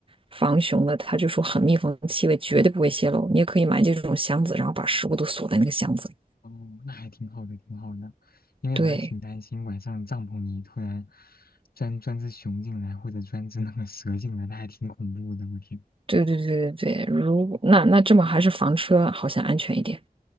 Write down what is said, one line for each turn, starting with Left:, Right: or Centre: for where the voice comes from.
Right: 防熊的，他就说很密封，气味绝对不会泄露。你也可以买这种箱子，然后把食物都锁在那个箱子里。
Left: 哦，那还挺好的，挺好的。因为我还挺担心晚上帐篷里突然
Right: 对，
Left: 钻钻只熊进来，或者钻只那个蛇进来，那还挺恐怖的。我天。
Right: 对对对对对，如果那那这么还是房车好像安全一点。